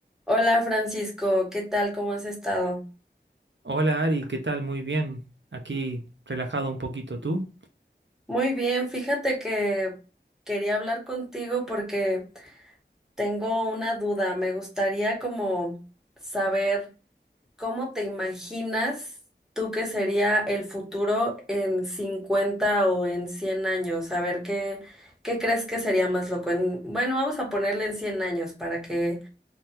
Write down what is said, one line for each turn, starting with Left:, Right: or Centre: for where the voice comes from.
Centre: Hola Francisco, ¿qué tal? ¿Cómo has estado?
Right: Hola Ari, ¿qué tal? Muy bien. Aquí relajado un poquito tú.
Centre: Muy bien, fíjate que quería hablar contigo porque tengo una duda. Me gustaría como saber cómo te imaginas tú que sería el futuro en 50 o en 100 años. A ver qué, qué crees que sería más loco. En- bueno, vamos a ponerle en 100 años para que